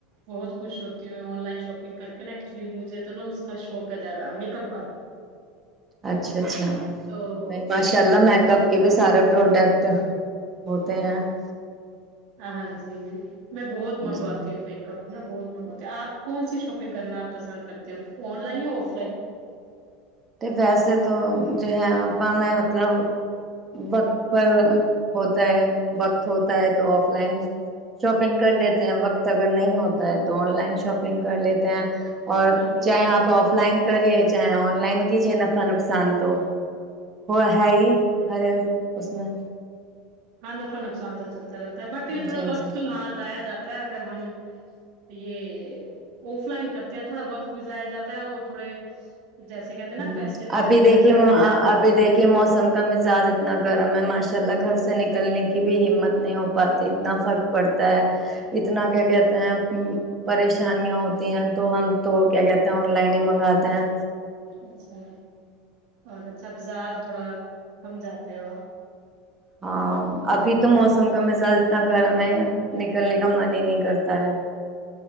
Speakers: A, on the right; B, on the right.
A: بہت خوش ہوتی ہوں آن لائن شاپنگ کر کے نا ایکچولی مجھے تو نا اس کا شوق ہے زیادہ میک اپ کا <unintelligible>
B: اچھا اچھا
A: تو
B: نہیں ماشاء
A: میں
B: اللہ میک اپ کے بھی سارے پروڈکٹ <unintelligible> ہوتے ہیں <inaudible>
A: ہاں جی میں بہت منگواتی
B: جی
A: ہوں میک اپ ا بہت منگا ہوتا ہے آپ کون سی شاپنگ کرنا آپ پسند کرتے ہو آن لائن یا آف لائن
B: ویسے تو جو ہے آا میں مطلب وقت پر ہوتا ہے وقت ہوتا ہے تو آف لائن شاپنگ کر لیتے ہیں وقت اگر نہیں ہوتا ہے تو آن لائن شاپنگ کر لیتے ہیں اور
A: بالکل
B: چاہے
A: بالکل
B: آپ آف لائن کریے چاہے آن لائن کی جے نفع نقصان تو ہو ہے ہی ہر ایک اس میں
A: ہاں نفا نقصان تو چلتا رحتا ہے بٹ یہ تھوڑا
B: جی
A: وقت
B: جی
A: تو ہاں جایا جاتا اگر ہم یہ آف لائن کرتے ہیں تھوڑا وقت بھی جایا جاتا ہے اور تھوڑے جیسے کہتے ہیں
B: ہ
A: نا پیسے وغیرہ
B: ابھی
A: بھی لگ
B: دیکھیے
A: جاتے ہیں
B: ابھی دیکھیے موسم کا مزاج اتنا گرم ہے ماش انء اللہ گھر سے نکلنے کی بھی ہمت نہیں ہو پاتی اتنا فرق پڑتا ہے اتنا کیا کہتے ہیں پریشانیاں ہوتی ہیں تو ہم تو کیا کہتے ہیں آن لائن ہی منگاتے ہیں
A: اچھا اور اچھا بازار تھوڑا کم جاتے ہو آپ
B: ہاں ابھی تو موسم کا م اتنا گرم ہے نکلنے کا من ہی نہیں کرتا ہے